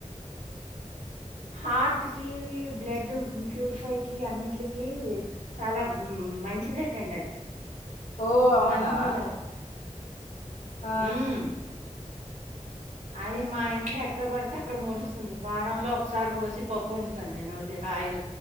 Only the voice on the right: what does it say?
హార్ట్ కి బ్లడ్ ప్యూరిఫై కి అన్నిటికి చాలా. ఉమ్ మంచిదట్ట అండి అది.
గంగబాయిలు ఆకు
హ్మ్. అది మా ఇంట్లో ఎక్కడ పడితే అక్కడ మొలుస్తుంది వారంలో. ఒకసారి కోసి పప్పు వండుతాను నేనోతి హాయిగా